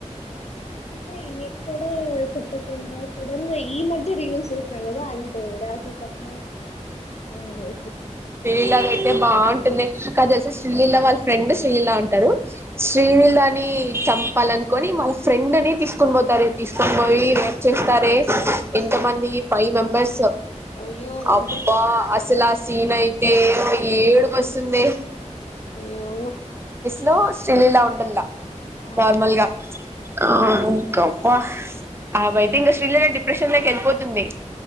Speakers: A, on the left; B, on the right.
A: అంటే ఎక్కడ చెప్పకుండా సడన్ ఈ మధ్య రిలీస్ చేసా కదా అంటే రాజ కర్మ అనేసి
B: కథ అతే బాగుంటుంది కదేసి శ్రీలీల వాళ్ళ ఫ్రెండ్ శ్రీలీల ఉంటారు శ్రీలీలని చంపాలనుకొని వాళ్ళ ఫ్రెండ్ ని తీసుకొని పోతారు తీసుకొని పోయి రేప్ చేస్తారే ఎంత మంది ఫైవ్ మెంబర్స్
A: అయ్యో
B: అబ్బా
A: అంత
B: అసలు సిన్ఐతే ఎదో ఏడు బస్సుందే
A: అయ్యో
B: లో శ్రీలీల ఉండల్లా
A: ఆహా
B: నార్మల్గా ఆ ఇంకా అబ్బా అవిఐతే ఇంకా శ్రీలీల డిప్రెషన్ లోకి వెళ్ళిపోతుంది